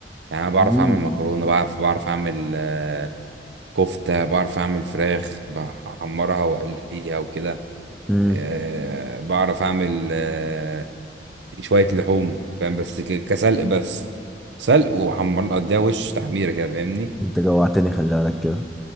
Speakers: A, on the right (about 80°); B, in the centre.
A: يعني أنا بعرف
B: مم.
A: اعمل مكرونه بعرف بعرف اعمل آه، كفته بعرف اعمل فراخ بحمرها واقليها وكده
B: مم.
A: آه، بعرف اعمل آه، شويه لحوم فاهم بس ك- كسلق بس سلق وحمر اديها وش تحميره كده فاهمني
B: انت جوعتني خلي بالك كده